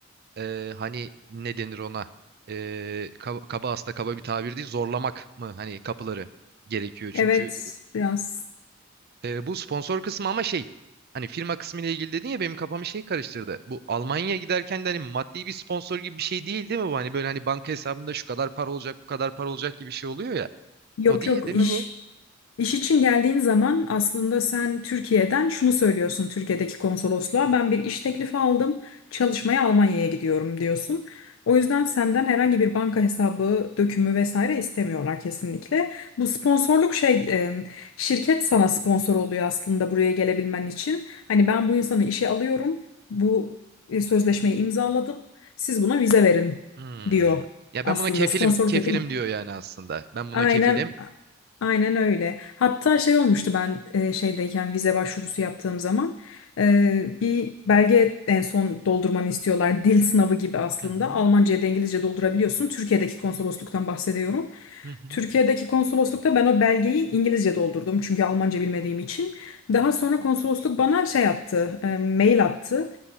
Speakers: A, on the right; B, on the left.
A: e, hani ne denir ona? E, kaba, kaba aslında kaba bir tabir değil. Zorlamak mı hani kapıları gerekiyor.
B: Evet,
A: Çünkü
B: biraz.
A: Ee, bu sponsor kısmı ama şey hani firma kısmı ile ilgili dedin ya benim kafamı şey karıştırdı. Bu Almanya'ya giderken de hani maddi bir sponsor gibi bir şey değil değil mi bu? Hani böyle hani banka hesabında şu kadar para olacak bu kadar para olacak gibi bir şey oluyor ya.
B: Yok
A: O değil
B: yok
A: değil
B: iş
A: mi bu?
B: İş için geldiğin zaman aslında sen Türkiye'den şunu söylüyorsun Türkiye'deki konsolosluğa ben bir iş teklifi aldım çalışmaya Almanya'ya gidiyorum diyorsun. O yüzden senden herhangi bir banka hesabı, dökümü vesaire istemiyorlar kesinlikle. Bu sponsorluk şey e, şirket sana sponsor oluyor aslında buraya gelebilmen için. Hani ben bu insanı işe alıyorum. Bu e, sözleşmeyi imzaladım. Siz buna vize verin
A: Hmm.
B: diyor
A: Ya
B: aslında
A: ben buna kefilim
B: sponsorluk
A: kefilim
B: da değil mi?
A: diyor yani aslında. Ben buna
B: Aynen
A: kefilim.
B: Aynen öyle. Hatta şey olmuştu ben e, şeydeyken vize başvurusu yaptığım zaman e, bir belge en son doldurmanı istiyorlar. Dil sınavı gibi aslında.
A: Hı hı,
B: Almanca ya da İngilizce doldurabiliyorsun. Türkiye'deki konsolosluktan bahsediyorum.
A: hı hı.
B: Türkiye'deki konsoloslukta ben o belgeyi İngilizce doldurdum çünkü Almanca bilmediğim için. Daha sonra konsolosluk bana şey attı, e, mail attı.